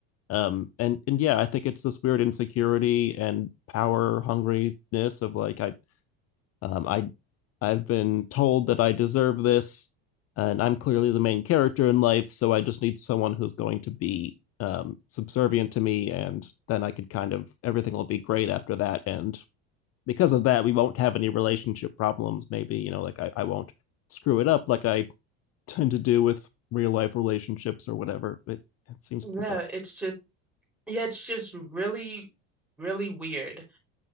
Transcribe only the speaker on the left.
Um, and and yeah, I think it's this weird insecurity and power hungriness of like, I, um, I I've been told that I deserve this, and I'm clearly the main character in life, so I just need someone who's going to be um, subservient to me, and then I could kind of everything will be great after that. And because of that, we won't have any relationship problems. Maybe you know, like I, I won't screw it up like I tend to do with real life relationships or whatever. It it seems
perverse.